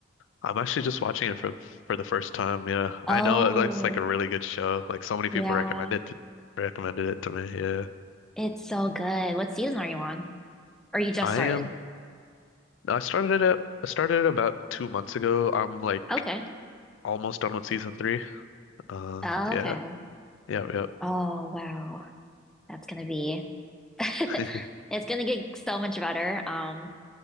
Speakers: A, on the left (about 70°); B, in the centre.
A: I'm actually just watching it for for the first time. Yeah.
B: Oh,
A: I know it looks like a really good show. Like so many people
B: yeah.
A: recommended it recommended it to me. Yeah.
B: It's so good. What season are you on? Or you just
A: I
B: started?
A: am I started it out- I started it about two months ago. I'm like
B: Okay.
A: almost done with season three. Uh
B: Okay.
A: yeah. Yeah,
B: Oh, wow. That's gonna be <laughs>
A: yeah. <laughs>
B: It's gonna get so much better. Um,